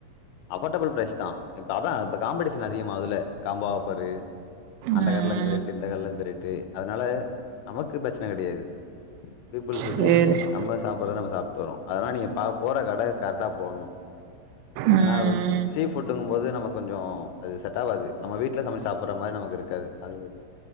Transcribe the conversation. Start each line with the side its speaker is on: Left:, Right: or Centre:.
Left: அப்பர்டபுள் ப்ரைஸ் தா இப்ப அதா இப்ப காம்படிஷன் அதிகமாதுல காம்போ ஆஃபரு அந்த
Right: ம்
Left: கட்ல இந்த ரேட்டு இந்த கட்ல இந்த ரேட்டு அதனால நமக்கு பிரச்சன கெடையாது பிப் புல்ஸுக்கு
Right: சேரி சே
Left: நம்ப சாப்புற நம்ம சாப் டோரு அதலா நீங்க பா போற கட கரெட்டா போட்ணு
Right: ம்
Left: ஏனாவ சீ ஃபுட்டுங்கும் போது நம்ம கொஞ்ஜோ அது செட் ஆவாது நம்ப வீட்ல சமச்சி சாப்புற மாரி நமக்கு இருக்காது அது